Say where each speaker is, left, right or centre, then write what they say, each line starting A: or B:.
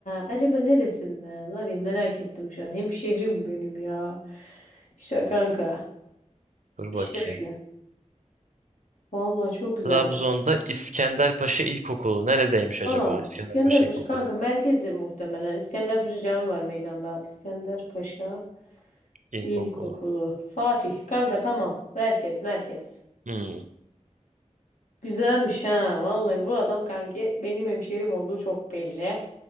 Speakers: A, on the left (about 80°); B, on the right (about 75°).
A: acaba neresinden? Var ya merak ettim şu an. Hemşehrim benim ya. İşte kanka.
B: Dur
A: İşte
B: bakayım.
A: öyle. Vallahi çok güzel.
B: Trabzon'da İskenderpaşa İlkokulu. Neredeymiş acaba
A: Aa,
B: İskenderpaşa
A: İskenderpaşa
B: İlkokulu?
A: kanka merkezdir muhtemelen. İskenderpaşa Cami var meydanda. İskenderpaşa
B: İlkokulu.
A: İlkokulu. Fatih kanka tamam. Merkez merkez.
B: Hmm.
A: Güzelmiş ha. Vallahi bu adam kanki benim hemşerim olduğu çok belli.